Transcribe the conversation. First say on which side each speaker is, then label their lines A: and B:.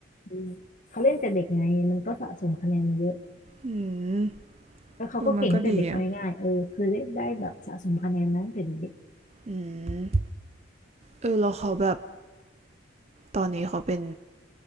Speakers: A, on the left; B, on the right.
A: อืมเขาเล่นแต่เด็กไงมันก็สะสมคะแนนมาเยอะ
B: อืม
A: แล้วเขาก็เก่งตั้งแต่เด็กเอาง่ายๆเออคือได้ได้แบบสะสมคะแนนมาตั้งแต่เด็ก
B: เออมันก็ดีอ่ะ อืมเออแล้วเขาแบบ ตอนนี้เขาเป็น